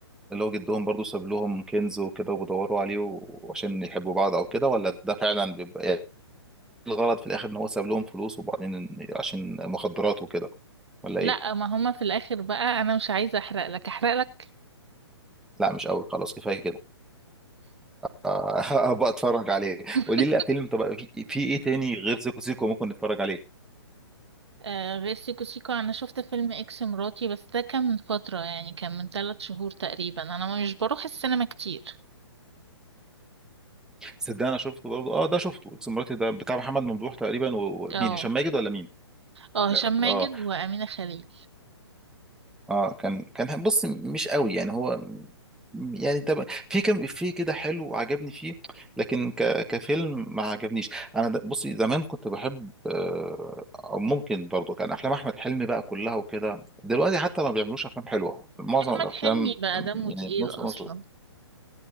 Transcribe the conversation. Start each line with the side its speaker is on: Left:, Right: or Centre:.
Centre: اللي هو جدهم برضو ساب لهم كنز وكده وبيدوروا عليه و- وعشان يحبوا بعض او كده ولا ده فعلا بيبقى إيه الغرض في الاخر ان هو ساب لهم فلوس وبعدين عشان مخدرات وكده ولا
Right: لا
Centre: ايه؟
Right: ما هما في الاخر بقى انا مش عايزه احرق لك احرق لك
Centre: لا مش قوي خلاص كفايه كده آه، <laughs> هبقى اتفرج عليه
Right: <laughs>
Centre: قولي لي فيلم طب في في ايه تاني غير سيكو سيكو ممكن نتفرج عليه
Right: آه غير سيكو سيكو انا شفت فيلم اكس مراتي بس ده كان من فتره يعني كان من ثلاث شهور تقريبا انا مش بروح السينما كتير
Centre: صدق انا شفته برضه اه ده شفته اكس مراتي ده بتاع محمد ممدوح تقريبا و- ومين
Right: اه
Centre: هشام ماجد ولا مين
Right: اه
Centre: اه
Right: هشام ماجد
Centre: اه
Right: وامينه خليل
Centre: آه، كان كان بص مش قوي يعني هو يعني طب في كم في كده حلو عجبني فيه لكن ك كفيلم ما عجبنيش انا د- بصي زمان كنت بحب آه، او ممكن برضه كان افلام احمد حلمي بقى كلها وكده دلوقتي حتى ما بيعملوش افلام حلوه معظم
Right: احمد
Centre: الافلام
Right: حلمي بقى دمه
Centre: يعني
Right: تقيل
Centre: نص
Right: اصلا
Centre: نص